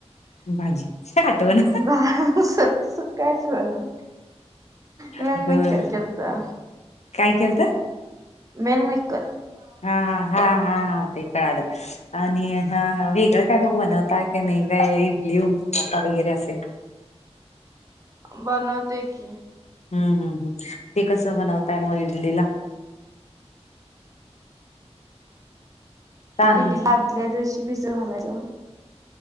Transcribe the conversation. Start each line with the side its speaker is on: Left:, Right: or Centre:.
Left: भाजी आठवण
Right: बास सु काय चाललंय, नाय
Left: होय
Right: मी तर जेवता
Left: काय केलतं?
Right: मेनमेकर
Left: हा, हा, हा, हा, हा, ते कळालं आणि हा - हा वेगळं काय मग बनवता का नाही? काय इडली, उत्तपा वगैरे असे
Right: बनवते की
Left: हं- हं -हं, ते कसं बनवताय, मग इडलीला? तांद
Right: इडलीला, आदल्या दिवशी भिजू घालायचं म